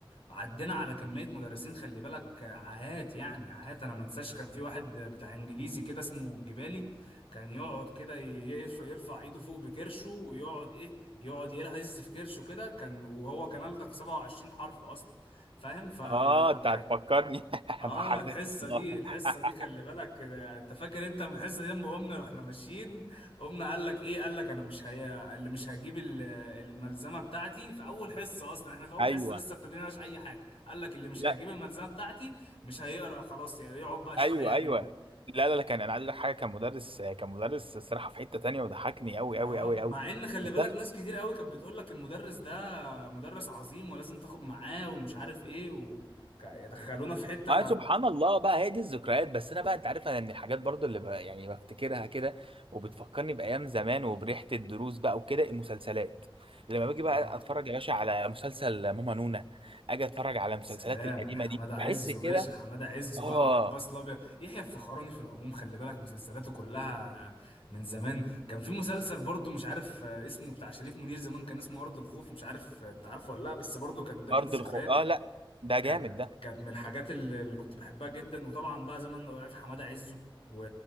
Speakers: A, on the left (about 85°); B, on the right (about 75°).
A: عدينا على كمية مدرسين خلي بالك عاهات يعني عاهات انا ما انساش كان في واحد بتاع انجليزي كده اسمه الجبالي كان يقعد كده يرفع يرفع ايده فوق بكرشه ويقعد ايه يقعد يلهز في كرشه كده كان وهو كان ألدغ في 27 حرف اصلا فاهم فكانت
B: اه انت هتفكرني <laughs>
A: اه
B: ضحكتني
A: الحصه
B: والله
A: دي الحصه
B: <laughs>
A: دي خلي بالك آه، انت فاكر انت الحصه دي لما قمنا رحنا ماشيين قمنا قال لك ايه قال لك انا مش هي اللي مش هجيب ال- الملزمه بتاعتي في اول حصه اصلا احنا في اول
B: ايوه
A: حصه لسه ابتديناش اي حاجه قال لك اللي مش
B: لا
A: هيجيب الملزمه بتاعتي مش هيقرا خلاص يعني يقعد بقى يشوف
B: ايوه
A: هيعمل
B: ايوه
A: ايه
B: لا لا لا كان انا عايز اقول لك حاجه كان مدرس كان مدرس الصراحه في حته تانية وضحكني قوي
A: اه
B: قوي قوي قوي
A: مع ان خلي
B: بس
A: بالك
B: انا
A: ناس كتير قوي كانت بتقول لك المدرس ده مدرس عظيم ولازم تاخد معاه ومش عارف ايه و... كا- يدخلونا في حتة
B: ما سبحان الله بقى هي دي الذكريات بس انا بقى انت عارف انا من الحاجات برضو اللي ب... يعني بفتكرها كده وبتفكرني بايام زمان وبريحه الدروس بقى وكده المسلسلات لما
A: اه
B: باجي بقى اتفرج يا باشا على مسلسل ماما نونا اجي اتفرج على المسلسلات
A: سلام
B: القديمه
A: حمادة
B: دي بحس
A: عزه
B: كده
A: باشا حمادة عزه
B: اه
A: بقى وعباس الابيض يحيى الفخراني في العموم خلي بالك مسلسلاته كلها من زمان كان في مسلسل برضو مش عارف آه، اسمه بتاع شريف منير زمان كان اسمه ارض الخوف مش عارف آه، انت عارفه ولا لا بس برضو كان ده من
B: ارض
A: الذكريات
B: الخو اه لا ده
A: كانت
B: جامد ده
A: كانت من الحاجات اللي اللي كنت بحبها جدا وطبعا بقى زمان لو عارف حماده عزه و...